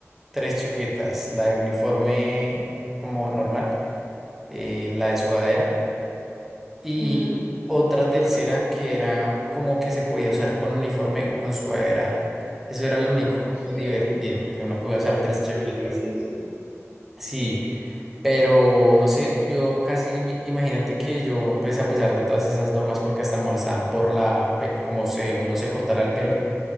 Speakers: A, in the centre; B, on the right.
A: tres chaquetas, la de uniforme como normal, eh, la de sudadera y
B: Ujú.
A: otra tercera que era como que se podía usar con uniforme o con sudadera. Eso era lo único
B: Ah,
A: como
B: chévere,
A: divertido, que uno podía usar tres
B: pero
A: chaquetas.
B: buenísimo.
A: Sí, pero no sé, yo casi, mi- imagínate que yo pues a pesar de todas esas normas porque hasta molestaban por la, pe- como se, uno se cortara el pelo.